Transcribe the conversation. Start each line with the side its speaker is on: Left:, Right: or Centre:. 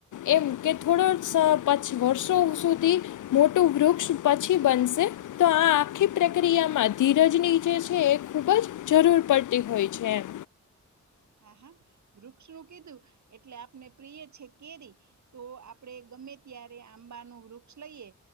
Left: એવું કે થોડા <unintelligible> પચ વર્ષો સુધી મોટું વૃક્ષ પછી બનશે તો આ આખી પ્રક્રિયામાં ધીરજની જે છે, એ ખૂબ જ જરૂર પડતી હોય છે એમ.
Right: હા, હા, વૃક્ષું કીધું એટલે આપને પ્રિય છે કેરી તો આપડે ગમે ત્યારે આંબા નું વૃક્ષ લઈએ